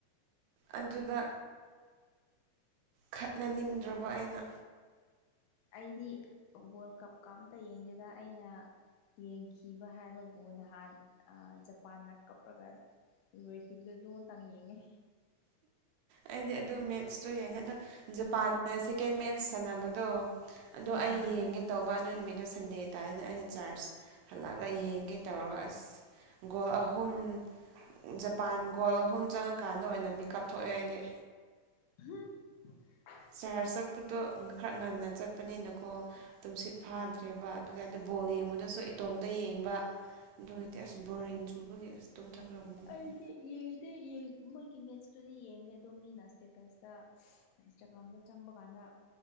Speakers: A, on the right; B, on the left.
A: ꯑꯗꯨꯗ ꯈꯠꯅꯅꯤꯡꯗ꯭ꯔꯕ ꯑꯩꯅ
B: ꯑꯩꯗꯤ ꯕꯣꯜ ꯀꯞꯀ ꯑꯝꯇ ꯌꯦꯡꯒꯦꯗ ꯑꯩꯅ ꯌꯦꯡꯈꯤꯕ ꯍꯥꯏꯕꯕꯨ ꯅꯍꯥꯟ ꯖꯄꯥꯟꯗ ꯀꯞꯂꯒ ꯂꯣꯏꯈꯤꯕꯗ ꯑꯗꯨ ꯉ ꯃꯇꯥꯡ ꯌꯦꯡꯉꯦ
A: ꯑꯩꯗꯤ ꯑꯗꯨ ꯃꯦꯠꯁꯇꯨ ꯌꯥꯏꯅꯤ ꯑꯗꯣ ꯖꯄꯥꯟꯅ ꯁꯦꯀꯦꯟ ꯃꯦꯠꯁ ꯁꯥꯟꯅꯕꯗꯣ ꯑꯗꯣ
B: ꯎꯝ
A: ꯑꯩ ꯌꯦꯡꯒꯦ ꯇꯧꯕ ꯑꯣꯏ ꯅꯨꯃꯤꯠ ꯑꯗꯣ ꯁꯟꯗꯦ ꯇꯥꯔꯅ ꯑꯩꯅ ꯆꯥꯔꯖ ꯍꯜꯂꯛꯑꯒ ꯌꯦꯡꯒꯦ ꯇꯧꯔꯒ ꯑꯁ ꯒꯣꯜ ꯑꯍꯨꯝ ꯖꯄꯥꯟ ꯒꯣꯜ ꯑꯍꯨꯝ ꯆꯪꯉꯀꯥꯟꯗ ꯑꯗ ꯑꯣꯏꯅ ꯃꯤꯀꯞ ꯊꯣꯛꯑꯦ ꯍꯥꯏꯗꯤ
B: ꯍꯥꯝ
A: ꯁꯍꯔ ꯆꯠꯄꯗꯣ ꯈꯔ ꯉꯟꯅ ꯆꯠꯄꯅꯤꯅꯀꯣ ꯇꯨꯝꯁꯤꯠ ꯐꯥꯗ꯭ꯔꯦꯕ ꯑꯗꯨꯗ ꯑꯗꯨꯝ ꯕꯣꯜ ꯌꯦꯡꯕꯗꯁꯨ ꯏꯇꯣꯝꯇ ꯌꯦꯡꯕ ꯑꯗꯨꯒꯗꯤ ꯑꯁ ꯕꯣꯔꯤꯡ ꯆꯨꯕꯒꯤ ꯑꯁ ꯇꯨꯝꯊꯈ꯭ꯔꯕꯅꯦ
B: ꯑꯩꯗꯤ
A: ꯑꯩ
B: ꯌꯦꯗꯤ ꯌꯦ ꯃꯣꯏꯒꯤ ꯃꯦꯠꯁꯇꯨꯗꯤ ꯌꯦꯡꯗꯦ ꯑꯗꯣ ꯃꯤꯅ ꯏꯁꯇꯦꯇꯁꯇ ꯏꯟꯁꯇꯥꯒ꯭ꯔꯥꯝꯗ ꯆꯪꯕ ꯀꯥꯟꯗ